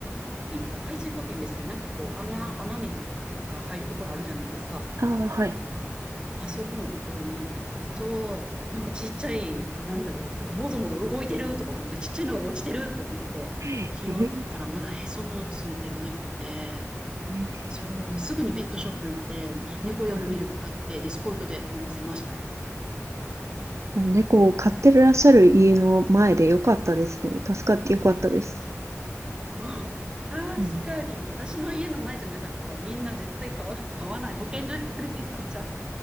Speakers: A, on the right; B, on the right.
A: 水、排水溝っていうんですかね、なんかこう、雨、雨水とかが入るところあるじゃないですか。
B: ああ、はい。
A: あそこのところに、そう、なんかちっちゃい、なんだろう、なんかもぞもぞ動いてるとか思って、ちっちゃいのが落ちてるって思って、
B: えー、
A: 拾ったらまだへそのついてる猫で、
B: えー
A: そう、すぐにペットショップ行って、猫用のミルク買って、
B: はい
A: で、スポイトで飲ませました。
B: もう猫を飼ってらっしゃる家の前でよかったですね。助かってよかったです。
A: うんそう。確かに。
B: うん
A: 私の家の前じゃなかったらみんな絶対買わ、買わない。保健所に連れて行かれちゃう。